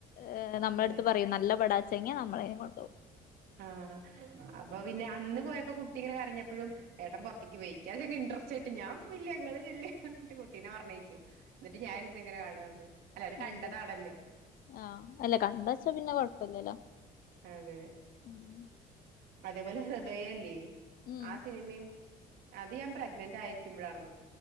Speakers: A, on the left (about 55°); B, on the right (about 75°).
A: ഏഹ് നമ്മളെട്ത്ത്
B: അതെ
A: പറയും നല്ലപടാച്ചങ്ങ്യ നമ്മളേയുംകൊണ്ടൊവും
B: ആഹ് അപ്പൊ പിന്നെ അന്ന്പോയപ്പോ കുട്ടിങ്ങനെകരഞ്ഞ പ്പഴും ഏട്ടംപുറത്ത്ക്ക്പോയി ഇക്ക്യാച്ചാ ഇൻഡ്രറസ്റ്റ്ആയിട്ട് ഞാൻപോവില്ല്യാ ഇങ്ങള്ചെല്ലിഅർഞ് ട്ടി കുട്ടീനെ പർണയിച്ചു എന്നിട്ട് ഞാൻ ഇരുന്ന് ഇങ്ങനെ കാണാർന്ന് അല്ല അവര്കണ്ടതാണല്ലോ
A: അതെ ആഹ് അല്ലെ കണ്ടച്ചാപിന്നെ കൊഴപ്പല്ല്യല്ലോ
B: അതെ
A: മ്
B: അതേപോലെ ഹൃദയല്ല്യേ
A: ഉം
B: ആഹ് സിനിമി അത് ഞാൻ പ്രഗ്നനന്റായിരിക്കുമ്പഴാർന്നു